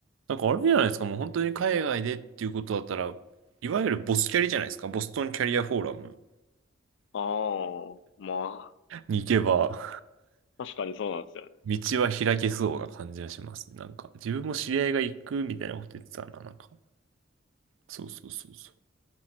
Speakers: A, on the right (about 75°); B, on the left (about 65°).
A: なんかあれじゃないですか、もう本当に海外でっていうことだったら、いわゆるボスキャリじゃないですか、ボストンキャリアフォーラム
B: ああ、ま
A: に行けば、
B: あ、確かにそうなんですよね。
A: 道は開けそうな感じがします。なんか、自分も知り合いが行くみたいなこと言ってたな、なんか。そうそうそうそう。